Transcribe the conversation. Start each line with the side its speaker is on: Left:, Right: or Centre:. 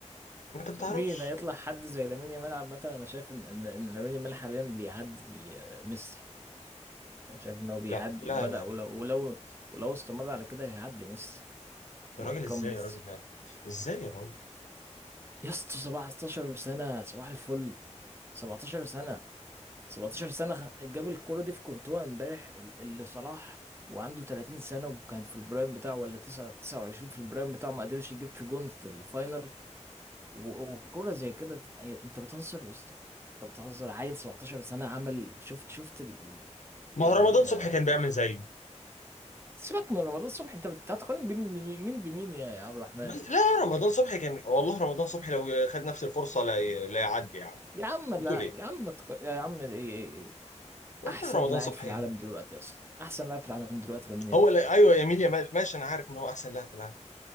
Left: ما انت بتعرفش
Right: مين هيطلع حد زي لامين يامال عامة أنا شايف إن إن إن لامين يامال حاليا بيعدي آه، ميسي أنا شايف إن هو بيعدي
Left: لا لا
Right: وبدأ
Left: لا
Right: ولو
Left: لا
Right: ولو ولو استمر على كده هيعدي ميسي
Left: يا
Right: وأرقام
Left: راجل ازاي
Right: ميسي
Left: يا راجل ده ازاي يا راجل
Right: يا اسطى 17 سنة صباح الفل 17 سنة 17 سنة خ- جاب الكرة دي في كورتوا امبارح ال- اللي صلاح وعنده 30 سنة وكان في البرايم بتاعه ولا 9 29 في البرايم بتاعه ما قدرش يجيب في جون في الفاينل و- وكرة زي كده ت- أي- انت بتهزر يا اسطى انت بتهزر عيل 17 سنة عمل شفت شفت ال ال
Left: ما
Right: ال
Left: هو رمضان
Right: آه،
Left: صبحي كان بيعمل زيه
Right: سيبك من رمضان الصبح انت بت- هتقارن بين- بمين مين بمين يا يا عبد الرحمن
Left: بس لا رمضان صبحي كان والله رمضان صبحي لو خد نفس الفرصه لا ي- لا يعدي يا عم
Right: يا عم
Left: بتقول
Right: لا
Left: ايه
Right: يا عم ما تق... يا عم ايه ايه ايه ايه.
Left: والله
Right: احسن
Left: رمضان
Right: لاعب
Left: صبحي
Right: في العالم دلوقتي اصلا احسن لاعب في العالم دلوقتي لامين يامال
Left: هو لا ايوه يا ميل يا مال ماشي انا عارف ان هو احسن لاعب في العالم